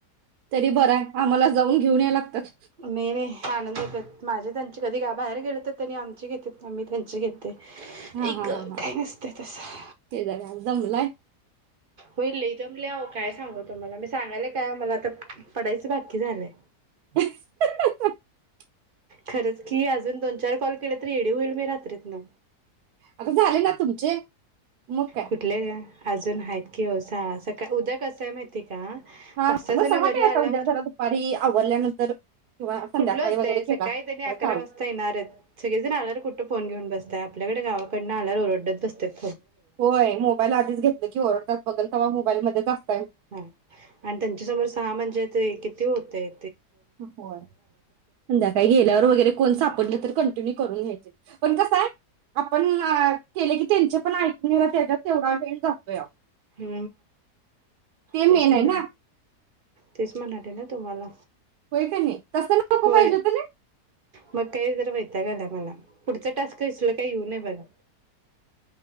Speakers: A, on the right; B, on the right.
A: तरी बरंय आम्हाला जाऊन घेऊन या लागत्यात.
B: नही, नही आणुन देतात माझे त्यांची कधी ग बाहेर गेले तर त्यांनी आमची घेतेत, आम्ही त्यांची घेत आई
A: हा हा
B: ग
A: हा हा
B: काय नसतंय तसं.
A: शेजारी आज <unintelligible>
B: होय लई दमले अहो काय सांगू तुम्हाला मी सांगायला काय मला आता पडायचं बाकी झालंय.
A: <inaudible>
B: खरंच की अजून दोन चार कॉल केले तर येडी होईल मी रात्रीतन.
A: आता झाले ना तुमचे? मग काय
B: कुठले काय. अजून आहेत की हो सहा असं काय उद्या कसं आहे माहिती का?
A: हा
B: पाच जण
A: मग सहा
B: घरी
A: काय
B: आल्यावर
A: आता उद्या घरा दुपारी आवरल्यानंतर संध्याकाळी
B: कुठलं होतंय.
A: वगैरे केला
B: सकाळी
A: तर
B: त्यांनी अकरा
A: चालेल
B: वाजता येणार आहेत. सगळेजण जाणार कुठं फोन घेऊन बसतय आपल्याकडे गावाकडन आल्याला ओरडच बसत्यात.
A: होय मोबाईल आधीच घेतल की ओरडतात. बघल तवा मो मोबाईल मध्येच असं
B: हा आणि त्यांच्या समोर सहा म्हणजे ते कि ते होतंय
A: हो संध्याकाळी गेल्यावर वगैरे कोण सापडलं तर कन तुम्ही करून घ्यायचं की पण कसय आपण केल की त्यांच ऐकून घेयला पण तेवढा वेळ जातोया
B: <unintelligible>
A: ते
B: तेच
A: मेन
B: म्हणा
A: आहे ना
B: तेच म्हणाले ना तुम्हाला
A: होय का नाय तसं नको
B: होय
A: पाहिजे होत नाई
B: मग काही जर वैताग आलाय मला पुढचा टास्क इसलं काय येऊनय बघा